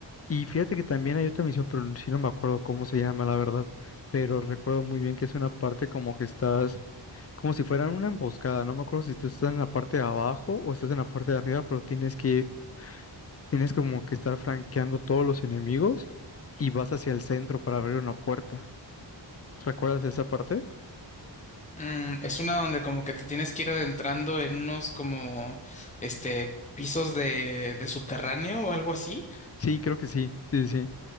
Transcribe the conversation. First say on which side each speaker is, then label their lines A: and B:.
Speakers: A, on the left; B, on the left.
A: Y fíjate que también hay otra misión, pero sí no me acuerdo cómo se llama, la verdad, pero recuerdo muy bien que es una parte como que estás como si fueran una emboscada. No me acuerdo si tú estás en la parte de abajo o estás en la parte de arriba, pero tienes que, tienes como que estar franqueando todos los enemigos y vas hacia el centro para abrir una puerta. ¿Recuerdas esa parte?
B: Mm, es una donde como que te tienes que ir adentrando en unos como este pisos de, de subterráneo o algo así
A: Sí, creo que sí. Sí, sí.